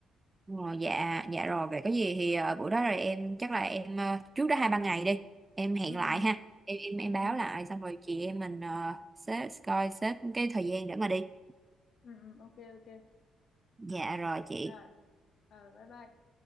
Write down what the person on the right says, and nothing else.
Ờ, dạ dạ rồi vậy có gì thì ờ, buổi đó rồi em chắc là em ờ, trước đó hai ba ngày đi em hẹn
lại
ha em em em
báo
lại xong rồi chị em mình uh, xếp coi xếp cái thời gian để mà đi
dạ rồi chị